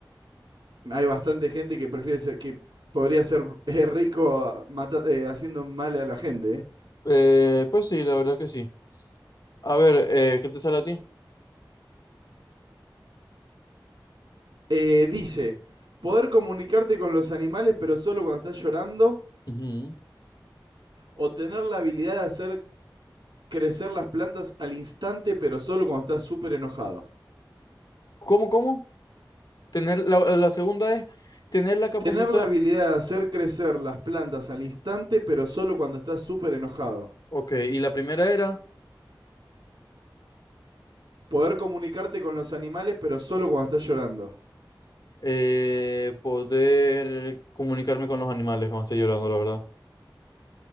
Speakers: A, on the right; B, on the left.
A: hay bastante gente que prefiere ser, que podría ser eh, rico mata- eh, haciendo mal a la gente. ¿eh?
B: Eh, pues sí, la verdad que sí. A ver, eh, ¿qué te sale a ti?
A: Eh, dice, poder comunicarte con los animales, pero solo cuando estás llorando,
B: Ujú.
A: o tener la habilidad de hacer crecer las plantas al instante, pero solo cuando estás súper enojado.
B: ¿Cómo, cómo? Tener la, la segunda es tener la capacidad.
A: Tener la habilidad de hacer crecer las plantas al instante, pero solo cuando estás súper enojado.
B: Ok, y la primera era
A: Poder comunicarte con los animales, pero solo cuando estás llorando.
B: eh, poder comunicarme con los animales cuando esté llorando, la verdad.